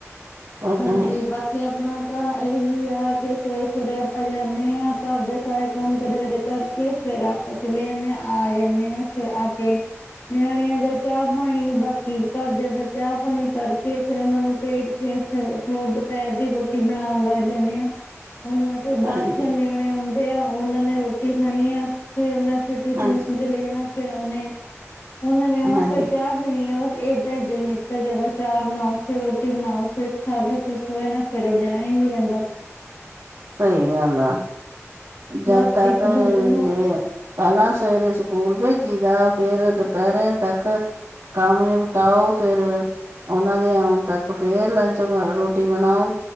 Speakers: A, on the right; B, on the left.
A: ਉਹ
B: ਹਾਂਜੀ।
A: ਤਾਂ ਹੈ
B: ਬਾਕੀ ਆਪਣਾ ਤਾਂ ਇਹੀ ਆ ਕਿ ਸਵੇਰੇ -ਸਵੇਰੇ ਆਪਾਂ ਜਾਂਦੇ ਹਾਂ। ਘਰਦੇ ਸਾਰੇ ਕੰਮ ਕਦੇ- ਕਦੇ ਕਰਕੇ ਫਿਰ ਆਪਾਂ। ਪਤਲੇ ਆ ਜਾਣੇ ਹਾਂ। ਫਿਰ ਆ ਕੇ ਨਿਆਣਿਆਂ ਦਾ ਚਾਹ ਪਾਣੀ ਬਾਕੀ, ਘਰਦਿਆਂ ਦਾ ਚਾਹ ਪਾਣੀ ਕਰਕੇ ਫਿਰ ਉਹਨਾਂ ਨੂੰ ਭੇਜ ਕੇ ਫੇਰ ਹੋਰ ਦੁਪਹਿਰ ਦੀ ਰੋਟੀ ਬਣਾਉਣ ਲੱਗ ਜਾਂਦੇ ਹਾਂ। ਉਹਨਾਂ ਤੇਰ ਬਾਅਦ
A: ਹਾਂਜੀ
B: ਜਾਂਦੇ। ਣੇ ਆਉਂਦੇ ਆ। ਉਹਨਾਂ ਨੇ ਰੋਟੀ ਖਾਣੀ ਆ। ਫੇਰ ਉਹ ਫਿਰ ਟਿਊਸ਼ਨ-
A: ਹਾਂਜੀ
B: ਵਊਸ਼ਨ। ਲੈਣਾ। ਫਿਰ ਉਹਨੇ ਉਹਨਾਂ ਨੇ ਆਉਣਾ
A: ਹਾਂਜੀ
B: ਫਿਰ ਚ'। ਪੀਣੀ ਆ ਬਸ ਏਦਾਂ ਦਿਨ ਨਿਕਲ ਜਾਂਦਾ ਚਾਹ ਬਣਾਓ। ਫਿਰ ਰੋਟੀ ਬਣਾਓ। ਫਿਰ ਖਾ ਕੇ ਫਿਰ ਸੌਏ ਨਾਲ ਫੇਰ ਉੱਠ ਜਾਣਾ ਨਹੀਂ ਰਹਿੰਦਾ।
A: ਸਹੀ ਗੱਲ ਆ। ਜਦ
B: ਬਸ
A: ਤੱਕ
B: ਇੱਕ
A: ਇਹ
B: ਬੰਦੇ ਨੂੰ
A: ਪਹਿਲਾਂ ਸਵੇਰੇ ਸਕੂਲ ਭੇਜੀ ਦਾ ਫੇਰ ਦੁਪਹਿਰੇ ਤੱਕ। ਕੰਮ ਨਪਟਾਓ ਫੇਰ। ਉਹਨਾਂ ਦੇ ਆਉਣ ਤੱਕ ਫੇਰ ਲੰਚ ਰੋਟੀ ਬਣਾਓ।